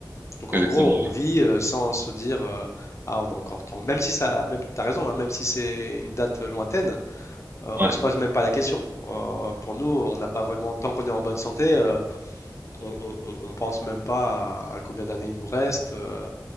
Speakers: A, on the left; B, on the right.
A: Donc
B: exactement,
A: en gros, on
B: oui.
A: vit euh, sans se dire euh, ah on a encore temps. Même si ça, même t'as raison, hein, même si c'est une date euh, lointaine, euh,
B: Ouais,
A: on se pose même pas la question. Euh, pour nous, on n'a pas vraiment tant qu'on est en bonne santé, euh, on, on- on- on pense même pas à, à combien d'années il nous reste euh,